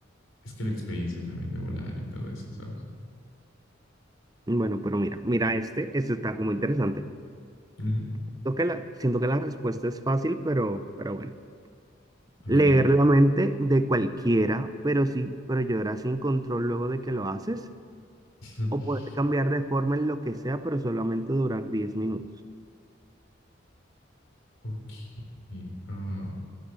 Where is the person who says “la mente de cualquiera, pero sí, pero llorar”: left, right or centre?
Right